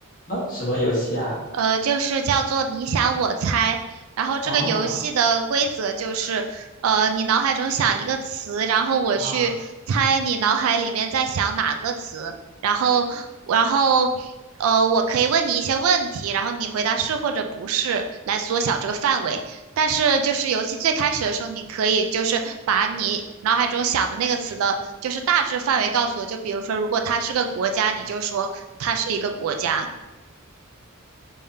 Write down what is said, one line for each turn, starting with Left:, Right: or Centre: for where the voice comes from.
Left: 啊，什么游戏啊？
Right: 呃，就是叫做你想我猜。然后这个游戏的规则就是，
Left: 啊
Right: 呃，你脑海中想一个词，然后我去猜你脑海里面在想哪个词，
Left: 啊，
Right: 然后，然后，呃，我可以问你一些问题，然后你回答是或者不是，来缩小这个范围。但是就是游戏最开始的时候，你可以就是把你脑海中想的那个词的，就是大致范围告诉我。就比如说，如果它是个国家，你就说它是一个国家。
Left: 来